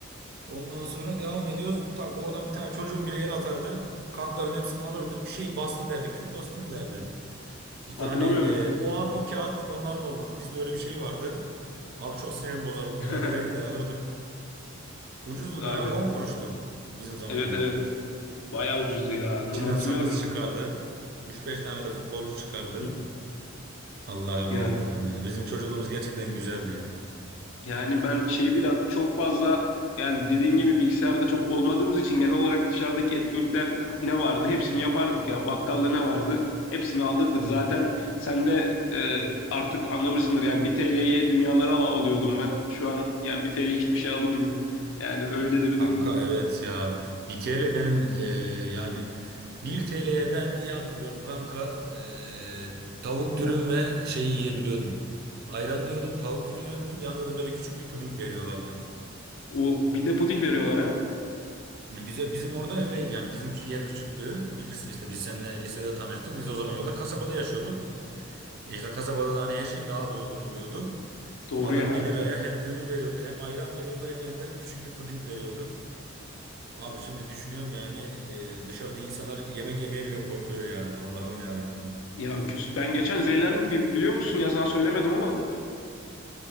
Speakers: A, on the right; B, on the left.
A: Ondan sonra devam ediyoruz. Tak oradan bir tane çocuğun biri el atardı. Kartların hepsini alırdı. Bir şey bastı derdi. Kül bastım derdi. İşte
B: Hatırlamıyorum.
A: hani e, o an o kağıt onların olurdu. Bizde öyle bir şey vardı. Abi çok sinirimi bozardı. O
B: <laughs>
A: kadar gider gider alırdım. Ucuzdu
B: Abi.
A: da ha 10 kuruştu bizim zamanımızda.
B: Evet evet. Bayağı ucuzdu ya.
A: İçinden
B: Onu hatırlıyorum.
A: sakız çıkardı. üç beş tane de futbolcu çıkardı.
B: Hı.
A: Allah'ım
B: Yani.
A: ya Rabbim ya. Bizim çocukluğumuz gerçekten güzeldi ya.
B: Yani ben şeyi bile at- çok fazla yani dediğin gibi bilgisayarda çok olmadığımız için genel olarak dışarıdaki etkinlikler ne vardı? Hepsini yapardık ya. Bakkalda ne vardı? Hepsini alırdık. Zaten sen de e, artık anlamışsındır yani 1 TL'ye dünyaları al- alıyordum ben. Şu an yani 1 TL hiçbir şey alınmıyor. Yani öyle de bir
A: Kanka
B: durum var.
A: evet ya. Bir TL benim e, yani 1 TL'ye ben iyi hatırlıyorum kanka. e, tavuk dürüm ve şey yiyebiliyordum. Ayran yiyordum, tavuk dürüm yiyordum. Yanında da böyle küçük bir puding veriyorlardı.
B: O bir de puding veriyorlar ha.
A: Bize bizim orada öyleydi yani bizim küç- yer küçüktü. Bilirsin işte biz seninle lisede tanıştık. Biz o zamana kadar kasabada yaşıyorduk. E işte kasabada da hani her şey daha da uygun oluyordu.
B: Doğru
A: Yani adam
B: ya.
A: bir liraya hem dürüm veriyordu, hem ayran veriyordu, hem yanında küçük bir puding veriyordu. Abi şimdi düşünüyorum yani e, dışarıda insanlar yemek yemeye bile korkuyor ya. Allah'ım ya Rabbim.
B: Ya küs. Ben geçen zehirlendim Bi- biliyor musun ya sana söylemedim ama